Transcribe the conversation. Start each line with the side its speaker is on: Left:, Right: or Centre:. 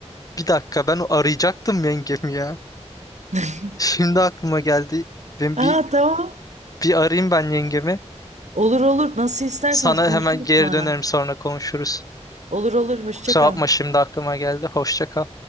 Left: bir dakika ben arayacaktım yengemi ya.
Right: <laughs>
Left: Şimdi aklıma geldi. Ben bir
Right: Aa tamam.
Left: bir arayayım ben yengemi.
Right: Olur olur. Nasıl isterseniz
Left: Sana
Right: konuşuruz
Left: hemen geri
Right: sonra.
Left: dönerim sonra konuşuruz.
Right: Olur olur. Hoşça
Left: Kusura
Right: kal.
Left: bakma şimdi aklıma geldi. Hoşça kal.